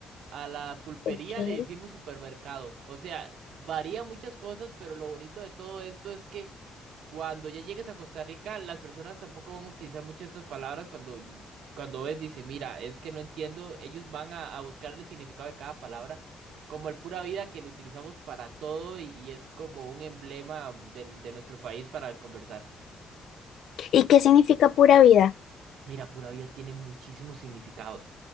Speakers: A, on the right; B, on the left.
A: a la pulpería
B: Okay.
A: le hicimos supermercado. O sea, varía muchas cosas, pero lo bonito de todo esto es que cuando ya llegues a Costa Rica, las personas tampoco van a utilizar muchas estas palabras cuando, cuando ves, dice, mira, es que no entiendo, ellos van a, a buscar el significado de cada palabra. Como el pura vida que lo utilizamos para todo y, y es como un emblema de de nuestro país para el conversar.
B: ¿Y qué significa pura vida?
A: Mira, pura vida tiene muchísimos significados.